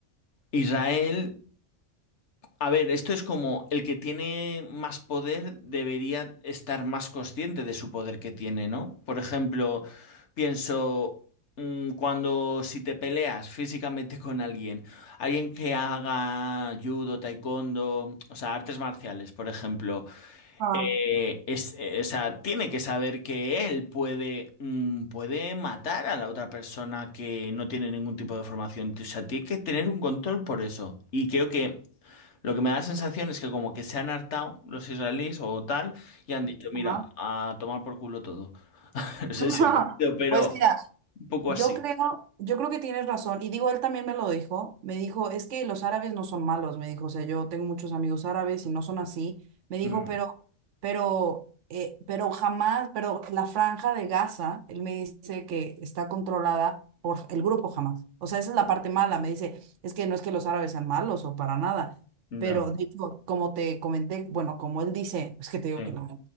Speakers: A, on the left; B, on the right.
A: Israel A ver, esto es como el que tiene más poder debería estar más consciente de su poder que tiene, ¿no? Por ejemplo, pienso mm, cuando si te peleas físicamente con alguien, alguien que haga judo, taekwondo, o sea, artes marciales, por ejemplo,
B: Ah,
A: eh, es, eh, o sea, tiene que saber que él puede, mm, puede matar a la otra persona que no tiene ningún tipo de formación. O sea, tiene que tener un control por eso. Y creo que lo que me da la sensación es que como que se han hartado los israelíes o tal y han dicho, mira,
B: ajá,
A: a tomar por culo todo. <laughs> No sé
B: ajá.
A: si ofendido,
B: <laughs>
A: pero
B: Pues mira,
A: un poco
B: yo
A: así.
B: creo, yo creo que tienes razón. Y digo, él también me lo dijo. Me dijo, es que los árabes no son malos. Me dijo, o sea, yo tengo muchos amigos árabes y no son así. Me dijo,
A: Mm,
B: pero, pero, eh, pero jamás, pero la franja de Gaza, él me dice que está controlada por el grupo jamás. O sea, esa es la parte mala. Me dice, es que no es que los árabes sean malos o para nada.
A: ya,
B: Pero de hecho, como te comenté, bueno, como él dice, es que te
A: sí.
B: digo que no.